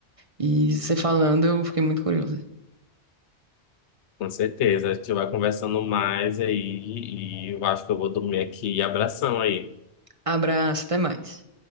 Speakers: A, on the right; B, on the left.
A: E você falando, eu fiquei muito curiosa.
B: Com certeza, a gente vai conversando mais aí e eu acho que eu vou dormir aqui. abração aí.
A: Abraço, até mais.